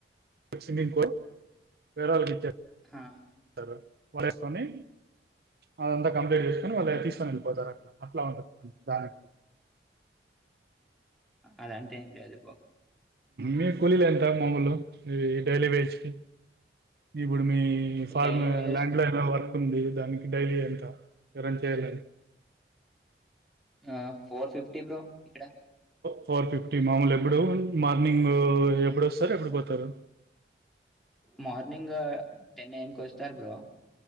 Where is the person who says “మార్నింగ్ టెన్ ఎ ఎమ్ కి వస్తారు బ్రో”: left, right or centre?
Centre